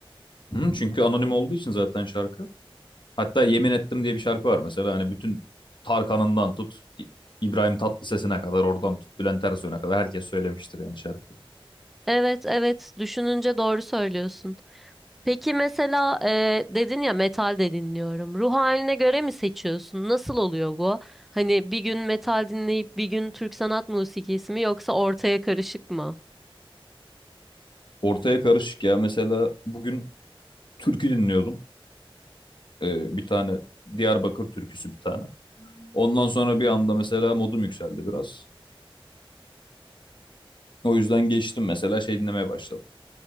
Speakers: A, on the left; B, in the centre.
A: Hı, çünkü anonim olduğu için zaten şarkı. Hatta Yemin Ettim diye bir şarkı var mesela. Hani bütün Tarkan'ından tut, İbrahim Tatlıses'ine kadar, oradan tut, Bülent Ersoy'una kadar herkes söylemiştir yani şarkıyı.
B: Evet evet düşününce doğru söylüyorsun. Peki mesela e, dedin ya metal de dinliyorum. Ruh haline göre mi seçiyorsun? Nasıl oluyor bu? Hani bir gün metal dinleyip bir gün Türk sanat musikisi mi yoksa ortaya karışık mı?
A: Ortaya karışık ya. Mesela bugün türkü dinliyordum. Ee, bir tane Diyarbakır türküsü bir tane. Ondan sonra bir anda mesela modum yükseldi biraz. O yüzden geçtim mesela şey dinlemeye başladım.